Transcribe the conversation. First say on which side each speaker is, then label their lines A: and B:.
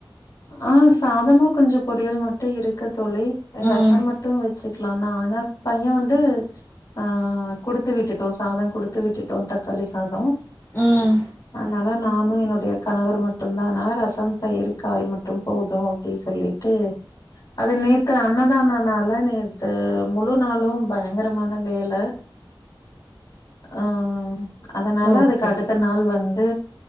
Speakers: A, on the left; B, on the left.
A: ஆஹ் சாதமும் கொஞ்சோ பொரியலு மட் டு இருக்கு தோழி ரசம்
B: ம்
A: மட்டும் வச்சுக்கலா ஆனா பையன் வந்து ஆ குடுத்து விட்டுட்டோ சாதம் குடுத்து விட்டுட்டோ தக்காளி சாதம்
B: ம்
A: அதுனால நா நானும் என்னுடைய கணவர் மட்டும்தானா ரசம் <unintelligible> காய் மட்டு போது அப்டி சொல்லிட்டு அது நேத்து அன்னதானனால நேத்து முழு நாளு பயங்கரமான வேல ஆ அதனால
B: ஓகே
A: அதுக்கு அடுத்த நாள் வந்து